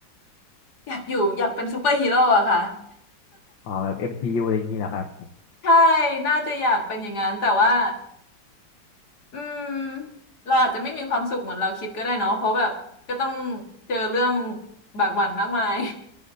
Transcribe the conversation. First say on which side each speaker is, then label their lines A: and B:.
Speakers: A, on the left; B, on the left.
A: อยากอยู่อยากเป็นซูเปอร์ฮีโร่อะค่ะ
B: อ๋อแบบ MCU อมซียูอะไรอย่างนี้เหรอครับ
A: <laughs> ใช่ น่าจะอยากเป็นอย่างนั้น แต่ว่าอืมเราอาจจะไม่มีความสุขเหมือนเราคิดก็ได้เนาะเพราะแบบก็ต้องเจอเรื่องบากบั่นมากมาย